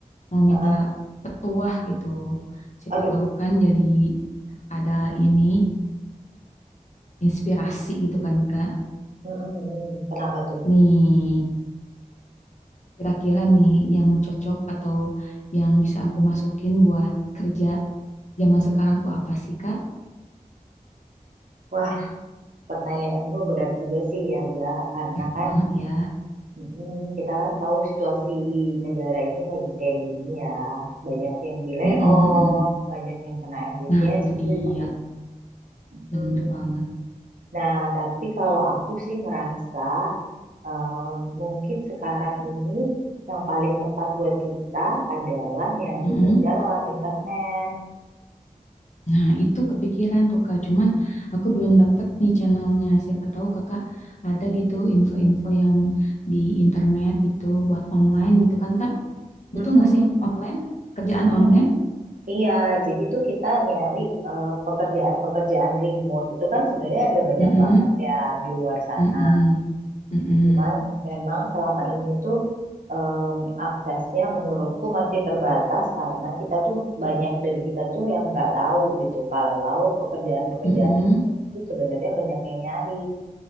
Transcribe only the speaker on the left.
Mau
minta petuah gitu. Siapa
tahu kan jadi ada ini inspirasi gitu kan Kak.
Nih, kira-kira nih yang cocok atau yang bisa aku masukin buat kerja zaman sekarang tuh apa sih Kak?
Berat
banget ya.
Mm-mm, mm-mm.
Nah, itu dia,
bener banget.
Mm-mm.
Nah, itu kepikiran tuh Kak, cuman aku belum dapet nih channelnya. Siapa tahu Kakak ada gitu info-info yang di internet gitu buat online gitu kan Kak?
Betul nggak sih? Online? Kerjaan
online?
Mm-mm,
mm-mm, mm-mm,
mm-mm.